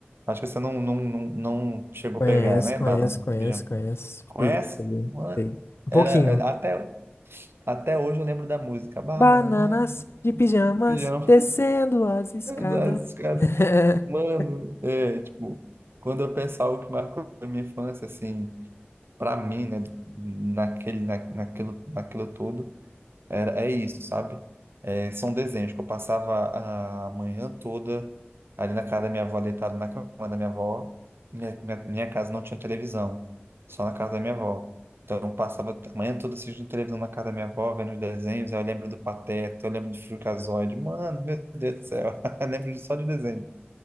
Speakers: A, on the right; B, on the left.
A: Acho que você não, não, não, não chegou
B: Conheço,
A: a pegar, né?
B: conheço,
A: Bananas de
B: conheço,
A: pijamas.
B: conheço.
A: Conhece?
B: Peguei, peguei,
A: Mano,
B: peguei. Um
A: era,
B: pouquinho.
A: até, até hoje eu lembro da música. Banana
B: Bananas de
A: de
B: pijamas
A: pijama.
B: descendo as escadas.
A: <laughs> Os caras-
B: <laughs>
A: Mano, é, tipo, quando eu penso algo que marcou a minha infância, assim, pra mim, né, naquele, na, naquilo, naquilo todo, era, é isso, sabe? É, são desenhos que eu passava a manhã toda ali na casa da minha avó, deitado na cama da minha avó. Minha, minha, minha casa não tinha televisão, só na casa da minha avó. Então eu passava a manhã toda assistindo televisão na casa da minha avó, vendo os desenhos. Aí eu lembro do Pateta, eu lembro do Freakazoid. Mano, meu <laughs> Deus do céu, <laughs> eu lembro só de desenho.